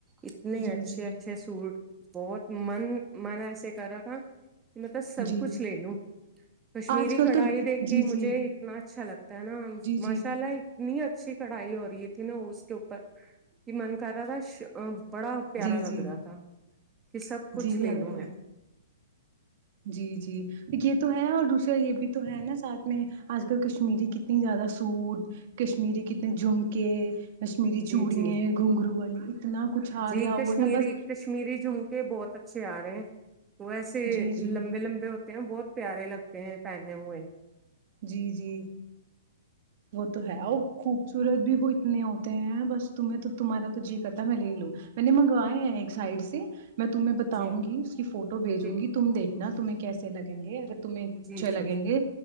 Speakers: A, on the right; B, on the right.
A: اتنے
B: جی
A: اچھے
B: جی
A: اچھے سوٹ بہت من منے کرا <unintelligible> تات <unintelligible> میںلب سب
B: جی
A: کچھ لے لوں کشمیری
B: آج کل
A: کڑھائی
B: تو
A: دیکھ
B: جی
A: کے مجھے
B: جی
A: اتنا اچھا لگتا ہے نا
B: جی جی
A: ماشاء اللہ اتنی ا اچھی کڑھائی ہو رہی تھی نا کے اوپر کہ من کر رہا تھا بڑا پیارا
B: جی جی
A: لگ رہا تھا کہ سب کچھ
B: جی
A: لے
B: آپ
A: لوں میں
B: جی جی یہ تو ہے اور دوسرا یہ بھی تو ہے نا ساتھ میں آج کل کشمیری کتنی زیادہ سوٹ کشمیری کتنے جھمکے کشمیری
A: جی
B: چوڑی
A: جی
B: گھونگھرو والی اتنا کچھ آ
A: جی
B: گیا
A: کشمیری
B: وہ ہے بس
A: کشمیری جھمکے بہت اچھے آ رہے ہیں وہ ایسے
B: جی جی
A: لمبے لمبے ہوتے ہیں بہت پیارے لگتے ہیں پہنے ہوئے
B: جی جی وہ تو ہے اور خوبصورت بھی وہ اتنے ہوتے ہیں بس تیں تو تمہارا تو جی کرتا میں لے لوں میں نے منگوائے ہیں ایک سائڈ سے میں تمہ بتاؤ
A: جی
B: گی اس کی فوٹو بھیجوں
A: ٹھیک
B: گی تم دیکھ نہ تمہیں کیس لگیں گے اگر تمہیں اچھے
A: جی
B: لگیں
A: جی
B: گے